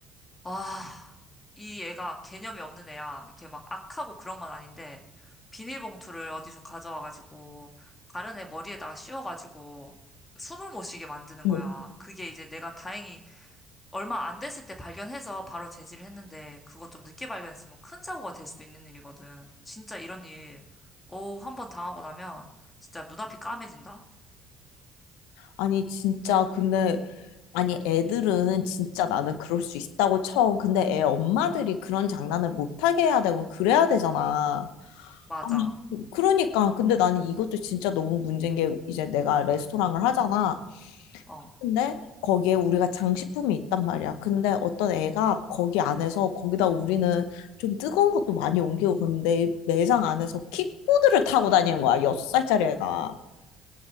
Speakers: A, on the left (about 25°); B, on the left (about 75°).
A: 아, 이 애가 개념이 없는 애야. 이렇게 막 악하고 그런 건 아닌데, 비닐봉투를 어디서 가져와가지고, 다른 애 머리에다가 씌워가지고, 숨을 못 쉬게 만드는
B: 어머,
A: 거야. 그게 이제 내가 다행히 얼마 안 됐을 때 발견해서 바로 제지를 했는데 그거 좀 늦게 발견했으면 큰 사고가 될 수도 있는 일이거든. 진짜 이런 일, 오, 한 번 당하고 나면 진짜 눈앞이 까매진다?
B: 아니 진짜 근데 아니 애들은 진짜 나는 그럴 수 있다고 쳐. 근데 애 엄마들이 그런 장난을 못하게 해야 되고 그래야 되잖아.
A: 맞아.
B: 아니, 그러니까 근데 나는 이것도 진짜 너무 문제인 게 이제 내가 레스토랑을 하잖아.
A: 어,
B: 근데 거기에 우리가 장식품이 있단 말이야. 근데 어떤 애가 거기 안에서 거기다 우리는 좀 뜨거운 것도 많이 옮기고 그런데 매장 안에서 킥보드를 타고 다니는 거야. 여섯 살짜리 애가.